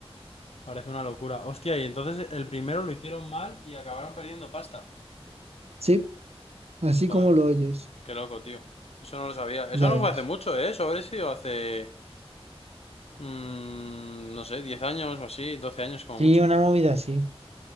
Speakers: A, on the left; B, on the right.
A: Parece una locura. Hostia, y entonces el primero lo hicieron mal y acabaron perdiendo pasta.
B: Sí, Así
A: Joder,
B: como lo oyes,
A: qué loco, tío. Eso no lo sabía.
B: ya
A: Eso no
B: ves.
A: fue hace mucho, ¿eh? Eso habrá sido hace... mm, no sé, 10 años o así, 12 años como
B: Sí,
A: mucho.
B: una movida así,